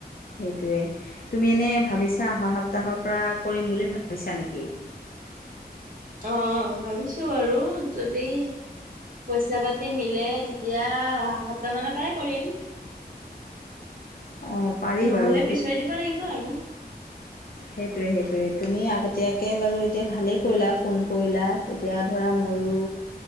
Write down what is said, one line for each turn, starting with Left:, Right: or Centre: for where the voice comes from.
Left: সেইটোৱে। তুমি এনেই ভাবিছা অহা সপ্তাহৰ পৰা কৰিম বুলি ভাবিছা নেকি?
Right: অ ভাবিছো আৰু যদি পইচা পাতি মিলে তেতিয়া অহা সপ্তাহ মানৰ পৰাই কৰিম।
Left: অঁ পাৰি
Right: নহলে
Left: বাৰু
Right: পিছুৱাই দিব লাগিব আৰু।
Left: সেইটোয়ে সেইটোয়ে তুমি আগতিয়াকে বাৰু এতিয়া ভালেই কৰিলা, ফোন কৰিলা। তেতিয়া ধৰা ম- আৰু